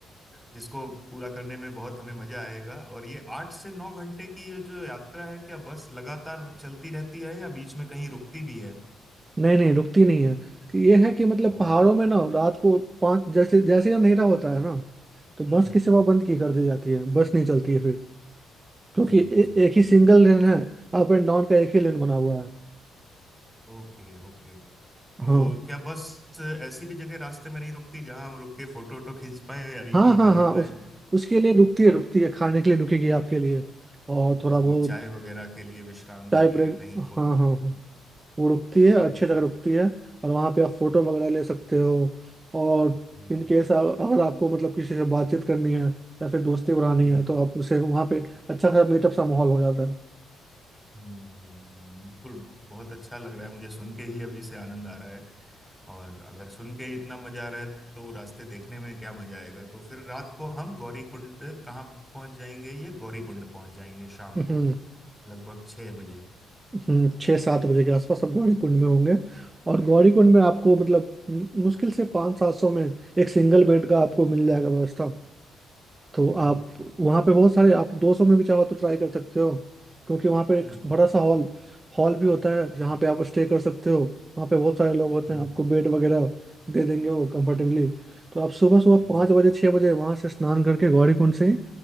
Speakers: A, in the centre; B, on the right.
A: जिसको पूरा करने में बहुत हमें मजा आएगा और ये आठ से नौ घंटे की ये जो यात्रा है क्या बस लगातार चलती रहती है या बीच में कहीं रुकती भी है
B: नहीं नहीं रुकती नहीं है कि ये है कि मतलब
A: ओ
B: पहाड़ों में ना रात को पाँच जैसे जैसे ही अंधेरा होता है ना तो
A: हम्म
B: बस
A: हम्म
B: की सेवा
A: हम्म।
B: बंद की कर दी जाती है बस नहीं चलती है फिर क्योंकि
A: जी
B: ए,
A: जी
B: एक
A: जी
B: ही सिंगल लेन है अप एंड डाउन का एक ही लेन बना हुआ है
A: Okay okay तो
B: हाँ
A: क्या बस ऐसी भी जगह रास्ते में नहीं रुकती जहां हम रुक के फोटो वोटो खींच पाए या रील
B: हाँ
A: ईल
B: हाँ
A: बना
B: हाँ
A: पाए
B: उस उसके लिए रुकती है रुकती है खाने के लिए रुकेगी आपके लिए और थोड़ा
A: जी
B: बहुत
A: चाय वगैरह के लिए विश्राम के
B: चाय
A: लिए
B: ब्रेक
A: कहीं
B: हाँ
A: फोटो
B: हाँ हाँ वो रुकती है
A: ठीक
B: अच्छी जगह रुकती
A: है
B: है और वहाँ पे आप फोटो वगैरह ले सकते हो और
A: हम्म
B: इन केस अगर आपको मतलब किसी से बातचीत करनी है या फिर दोस्ती बढ़ानी
A: हम्म
B: है तो आप उसे वहाँ पे अच्छा खासा मीटअप सा माहौल हो जाता है
A: हम्म हम्म, हम्म, बिल्कुल बहुत अच्छा लग रहा है मुझे सुन के ही अभी से आनंद आ रहा है और अगर सुन के ही इतना मजा आ रहा है तो वो रास्ते देखने में क्या मजा आएगा तो फिर रात को हम गौरी कुंड कहाँ पहुंच जाएंगे ये गौरी कुंड पहुंच जाएंगे शाम
B: हम्म
A: को लगभग छह बजे
B: हम्म, छः सात बजे के आसपास सब गौरी कुंड में होंगे और गौरी कुंड में आपको मतलब मु- मुश्किल से पाँच सात सौ में एक सिंगल बेड का आपको मिल जाएगा व्यवस्था तो आप
A: जी
B: वहाँ पे बहुत सारे आप 200 में भी चाहो तो ट्राई कर सकते हो क्योंकि वहाँ पे एक
A: हम्म हम्म
B: बड़ा सा हॉल हॉल भी होता है जहाँ
A: हम्म
B: पे आप स्टे कर सकते हो वहाँ पे बहुत सारे लोग होते
A: हम्म,
B: हैं आपको
A: हम्म,
B: बेड वगैरह दे देंगे वो कंफर्टेबली तो आप सुबह सुबह पाँच
A: जी
B: बजे छः बजे वहाँ से स्नान करके गौरी कुंड से